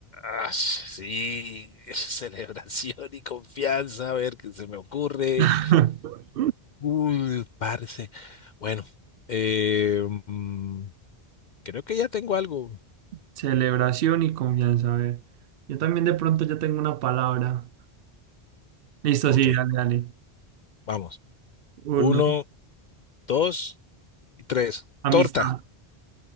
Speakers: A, on the left; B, on the right.
A: Ah, sí, <laughs> celebración y confianza. A ver qué se me ocurre.
B: <laughs>
A: Uy, parce. Bueno, eh, mm, creo que ya tengo algo.
B: Celebración y confianza, a ver. Yo también de pronto ya tengo una palabra. Listo,
A: Ok,
B: sí, dale, dale.
A: vamos.
B: Uno.
A: Uno, dos y tres.
B: Amistad.
A: Torta.